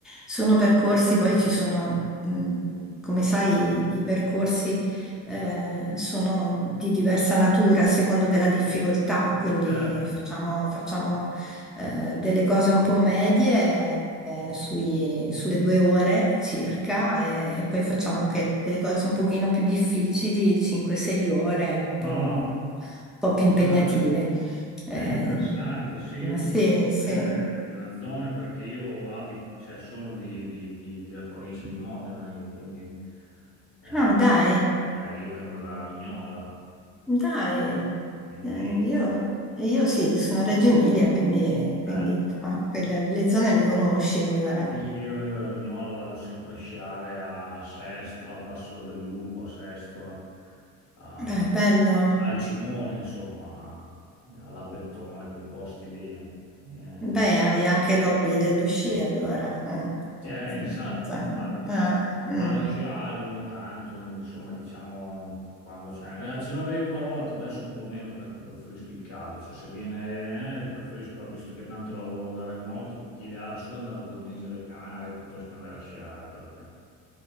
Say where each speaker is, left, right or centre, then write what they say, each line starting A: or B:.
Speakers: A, in the centre; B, on the left (about 80°).
A: sono percorsi, poi ci sono, mh, come sai, i i percorsi eh, sono di diversa natura a secondo della difficoltà, quindi
B: Certo.
A: facciamo, facciamo, eh, delle cose un po' medie. eh, sui- sulle due ore circa e, e poi facciamo anche delle cose un pochino più difficili, 5-6 ore, un
B: Mm.
A: po',
B: mm.
A: un po' più impegnative.
B: Ah, eh.
A: Eh,
B: È interessante, sì, io conosco
A: sì, sì.
B: bene le zone perché io abito, cioè sono di, di- di- della provincia di Modena, io quindi eh,
A: Ah, dai.
B: eh, io vengo da Vignola,
A: Dai,
B: quindi
A: eh, io, io sì, sono a Reggio Emilia, quindi, quindi
B: eh,
A: qua, quelle- le zone le conosci allora.
B: sì, sì, io vengo da Vignola, vado sempre a sciare a Sesto, a Passola del Lupo, a Sestola, a-
A: Beh, bello.
B: al Cimone, insomma, all'Abbettone, quei posti lì. Eh. Eh,
A: Beh, hai anche l'hobby dello sci allora. eh.
B: eh, infatti,
A: Mm, cioè,
B: infatti.
A: ah, mm.
B: Vado a sciare ogni tanto, insomma, diciamo quando c'è. Eh, Ce l'avevo una volta, adesso un po' meno perché preferisco il caldo. Cioè, se viene, eh, preferisco, visto che tanto lavoro da remoto, pigliare su, andare due mesi alle Canarie piuttosto che andare a sciare perché